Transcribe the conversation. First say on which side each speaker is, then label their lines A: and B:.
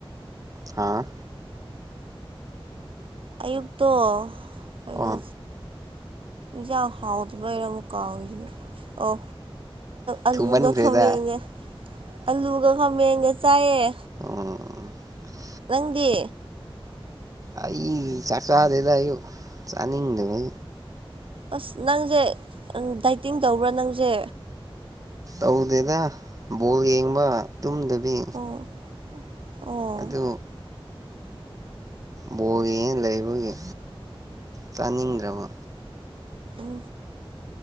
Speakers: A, on the right; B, on the right.
A: ꯍꯥꯥ
B: ꯑꯌꯨꯛ ꯇꯣ ꯀꯩꯅꯣ
A: ꯑꯣ
B: ꯍꯦꯟꯁꯥꯡ ꯍꯥꯎꯇꯥꯕꯩꯔꯥ ꯑꯃꯨꯛ ꯀꯥꯎꯔꯦ ꯑꯣ ꯑꯂꯨꯒ
A: ꯊꯨꯃꯟꯈ꯭ꯔꯦꯗ
B: ꯈꯥꯝꯃꯦꯟꯒ ꯑꯂꯨꯒ ꯈꯥꯃꯦꯟꯒ ꯆꯥꯏꯌꯦ
A: ꯑꯣ
B: ꯅꯪꯗꯤ
A: ꯑꯩ ꯆꯥꯛ ꯆꯥꯗꯦꯗ ꯑꯌꯨꯛ ꯆꯥꯅꯤꯡꯗꯦꯕ
B: ꯑꯁ ꯅꯪꯁꯦ ꯗꯥꯏꯇꯤꯡ ꯇꯧꯕ꯭ꯔꯥ ꯅꯪꯁꯦ
A: ꯍꯧꯗꯦꯗ ꯕꯥꯜ ꯌꯦꯡꯕ ꯇꯨꯝꯗꯕꯤ
B: ꯑꯣ ꯑꯣ
A: ꯑꯗꯨ ꯕꯣꯜ ꯌꯦꯡ ꯂꯩꯕꯒꯤ ꯆꯥꯅꯤꯡꯗ꯭ꯔꯕ
B: ꯑꯗꯨ